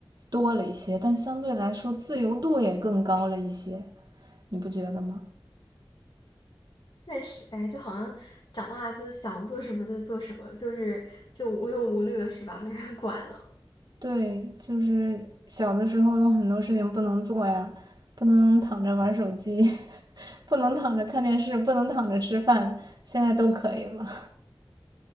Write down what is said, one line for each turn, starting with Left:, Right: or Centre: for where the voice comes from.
Right: 多了一些，但相对来说自由度也更高了一些，你不觉得吗？
Left: 确实，哎，就好像长大就想做什么就做什么，就是就无忧无虑了，是吧？没人管了。
Right: 对，就是小的时候有很多事情不能做呀，不能躺着玩手机，<laughs> 不能躺着看电视，不能躺着吃饭，现在都可以了。